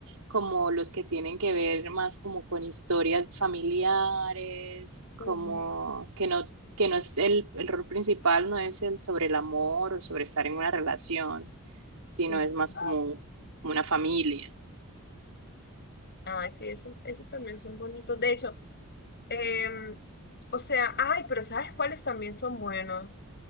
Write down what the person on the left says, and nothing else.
Ujú,
sí,
sí.
Ay, sí, eso- esos también son bonitos. De hecho, em, o sea, ay, pero ¿sabes cuáles también son buenos?